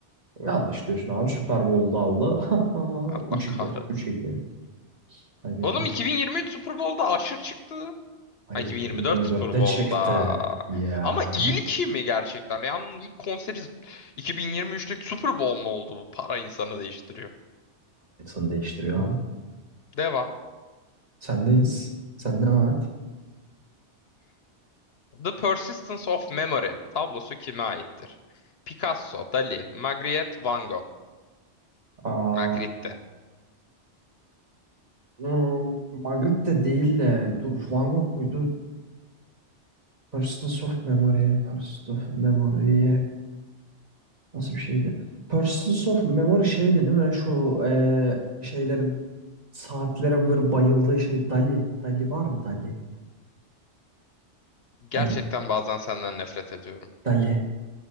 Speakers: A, on the right; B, on the left.
A: Yanlış diyorsun abi. Super Bowl'da aldı.
B: Allah
A: <laughs> üç
B: kahretsin.
A: iki üç iki Kaybedeceksin.
B: Oğlum 2023 Super Bowl'da Usher çıktı.
A: Hayır
B: Ha, 2024
A: 2024'te
B: Super Bowl'da.
A: çıktı. Ya.
B: Ama ilki mi gerçekten? Yani ilk konseri 2023'te Super Bowl mu oldu? Bu para insanı değiştiriyor.
A: Parasını değiştiriyor abi.
B: Devam.
A: Sendeyiz. Sen devam et.
B: The Persistence of Memory tablosu kime aittir? Picasso, Dali, Magritte, Van Gogh.
A: Aa,
B: Magritte.
A: hmm, Magritte değil de dur Van Gogh muydu? Persons of Memory. Persons of Memory. Nasıl bir şeydi? Persistence of Memory şeydi değil mi? Şu eee, şeylerin saatlerin böyle bayıldığı şey Dali. Dali var mı Dali?
B: Gerçekten
A: Dali.
B: bazen senden nefret ediyorum.
A: Dali.